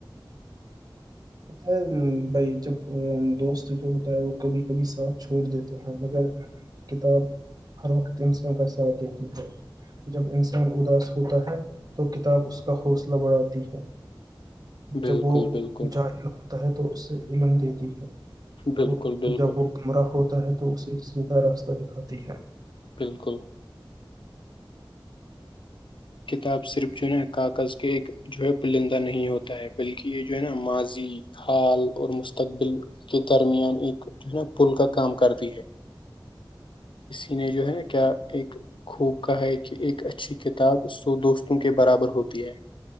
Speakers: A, on the right; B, on the left.
A: ہوتا ہے بھائی جب دوست جو ہوتا ہے وہ کبھی کبھی ساتھ چھوڑ دیتے ہیں مگر کتاب ہر وقت انسان کا ساتھ دیتی ہے جب انسان اداس ہوتا ہے تو کتاب اس کا حوصلہ بڑھاتی ہے
B: بالکل
A: جب وہ
B: بالکل
A: ہوتا ہے تو اس سے علم دیتی ہے
B: بالکل
A: اور
B: بالکل
A: جب وہ <inaudible> گمرہ ہوتا ہے تو اسے سیدھا راستہ دکھاتی ہے
B: بالکل کتاب صرف جو ہے نا کاغذ کے ایک جو ہے پرلندہ نہیں ہوتا ہے بلکہ یہ جو ہے نا ماضی حال اور مستقبل کے درمیان ایک جو ہے نا پل کا کام کرتی ہے انہیں جو ہے نا کیا ایک خوب کہا ہے کہ ایک اچھی کتاب سو دوستوں کے برابر ہوتی ہے